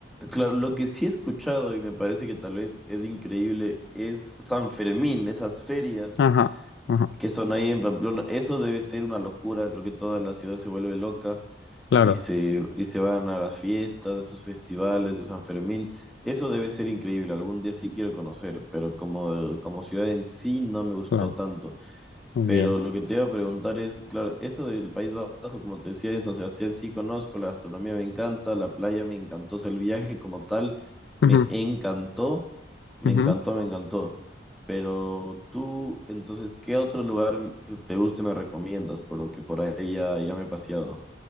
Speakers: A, in the centre; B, on the left (about 75°).
A: Claro, lo que sí he escuchado y me parece que tal vez es increíble es San Fermín, esas ferias
B: Ajá. Ajá.
A: que son ahí en Pamplona. Eso debe ser una locura. Creo que toda la ciudad se vuelve loca
B: Claro,
A: y se, y se van a las fiestas, estos festivales de San Fermín. Eso debe ser increíble. Algún día sí quiero conocer, pero como, como ciudad en sí no me gustó
B: claro.
A: tanto.
B: Muy
A: Pero
B: bien.
A: lo que te iba a preguntar es, claro, eso del País Vasco, como te decía, en San Sebastián sí conozco, la gastronomía me encanta, la playa me encantó, o sea, el viaje como tal
B: Ujú,
A: me encantó, me
B: ujú.
A: encantó, me encantó. Pero tú, entonces, ¿qué otro lugar que te guste me recomiendas? Por lo que por ahí ya, ya me he paseado.